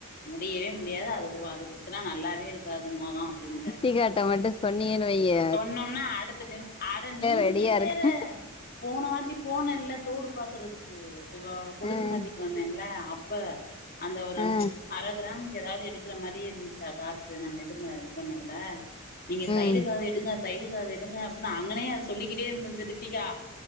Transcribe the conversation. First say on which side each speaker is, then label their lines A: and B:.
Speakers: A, on the left; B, on the left.
A: முடியவே முடியாது அதுக்கு அது குத்துனா நல்லாவே இருக்காது முகம் அப்டின்டாரு
B: <unintelligible> காட்ட மட்டும் சொன்னியே வைய்ங்க
A: சொன்னம்னா அடுத்த நிமிஸ் அட நீங்கே
B: ரெடியா இருக்க
A: வேற போன வாட்டி போனயில்லா தோடு பாக்கறதுக்கு வாவ் கொலுசு
B: ம்
A: மாத்திட் வந்தன்லே அப்ப அந்த ஒரு
B: ம்
A: அர கிராம்க்கு எதாவது எடுக் கற மாறியே இருந்துச்சா காசு நம்ம இதுல இது பண்ணதுல நீங்க
B: ம்
A: சைடுக்காக எடுக் க எடுங்க சைடு காது எடுங்க அப்படின் அங்கனே அது சொல்லிக்கிட்டே இருந்துச்சு ரித்திகா